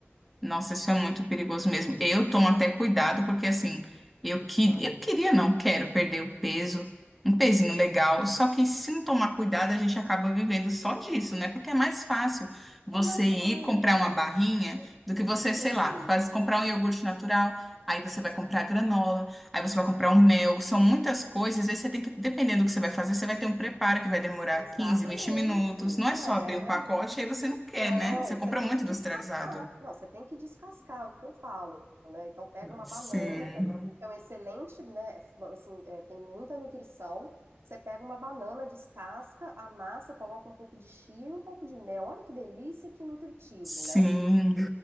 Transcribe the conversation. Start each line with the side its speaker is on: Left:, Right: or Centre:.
Centre: Nossa, isso é muito perigoso mesmo. Eu tomo até cuidado, porque assim, eu, que, eu queria, não quero perder o peso, um pezinho legal. Só que se não tomar cuidado, a gente acaba vivendo só disso, né? Porque é mais fácil você
Right: É mais.
Centre: ir
Right: Ah,
Centre: comprar uma
Right: é.
Centre: barrinha do que você,
Right: Sim,
Centre: sei lá, faz, comprar um iogurte natural, aí você vai comprar granola, aí você vai comprar um mel. São muitas coisas, aí você tem que, dependendo do que você vai fazer, você vai ter um preparo que vai demorar
Right: exatamente.
Centre: 15 20 minutos. Não
Right: É.
Centre: é só abrir um pacote, aí você não quer,
Right: Não,
Centre: né? Você
Right: você
Centre: compra
Right: tem
Centre: muito
Right: que descascar.
Centre: industrializado.
Right: Não, você tem que descascar, é o que eu falo, né? Então pega uma
Centre: Sim,
Right: banana, que é, é um excelente, né? Assim, é, tem muita nutrição. Você pega uma banana, descasca, amassa, coloca um pouco de chia e um pouco de mel. Olha que delícia, e que nutritivo,
Centre: sim.
Right: né?